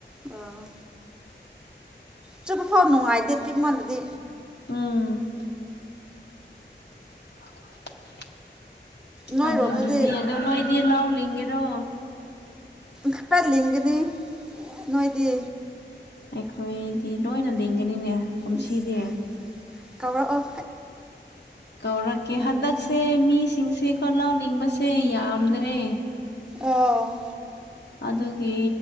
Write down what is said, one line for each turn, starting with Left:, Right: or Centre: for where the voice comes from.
Centre: ꯑꯥ ꯆꯨꯞꯄ ꯐꯥꯎ ꯅꯨꯡꯉꯥꯏꯇꯦ ꯄꯤꯛ ꯃꯥꯜꯂꯗꯤ
Left: ꯎꯝ <unintelligible>
Centre: ꯅꯣꯏꯔꯣꯝꯗꯗꯤ
Left: ꯑꯗꯨꯒꯤꯅꯦ ꯑꯗꯣ ꯅꯣꯏꯗꯤ ꯂꯥꯎ ꯂꯤꯡꯒꯦꯔꯣ
Centre: ꯈꯔ ꯂꯤꯡꯒꯅꯤ ꯅꯣꯏꯗꯤ
Left: ꯑꯩꯈꯣꯏꯗꯤ ꯂꯣꯏꯅ ꯂꯤꯡꯒꯅꯤꯅꯦ ꯀꯨꯝꯁꯤꯗꯤ
Centre: ꯑꯁ ꯀꯧꯔꯛꯑꯣ
Left: ꯀꯧꯔꯛꯀꯦ ꯍꯟꯗꯛꯁꯦ ꯃꯤꯁꯤꯡꯁꯦꯀꯣ ꯂꯥꯎ ꯂꯤꯡꯕꯁꯦ ꯌꯥꯝꯗ꯭ꯔꯦ
Centre: ꯑꯣ
Left: ꯑꯗꯨꯒꯤ